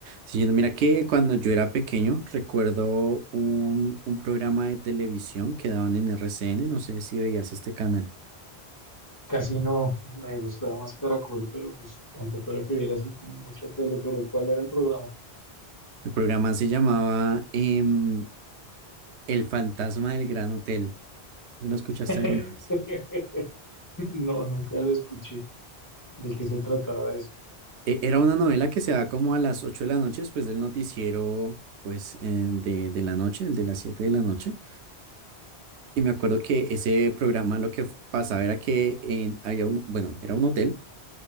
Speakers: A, on the right (about 85°); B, on the left (about 20°).
A: Sí, mira que cuando yo era pequeño recuerdo un, un programa de televisión que daban en RCN, no sé si veías este canal.
B: Casi no, me gustaba más Caracol, pero pues tampoco era que viera así como mucha tele, pero ¿cuál era el programa?
A: El programa se llamaba em, El fantasma del Gran Hotel. ¿Sí ¿Lo escuchaste
B: <laughs>
A: alguna vez?
B: No, nunca lo escuché. ¿De qué se trataba eso?
A: E- Era una novela que se daba como a las 8 de la noche después del noticiero pues eh, de, de la noche, el de las 7 de la noche. Y me acuerdo que ese programa lo que f- pasaba era que en- había un, bueno, era un hotel,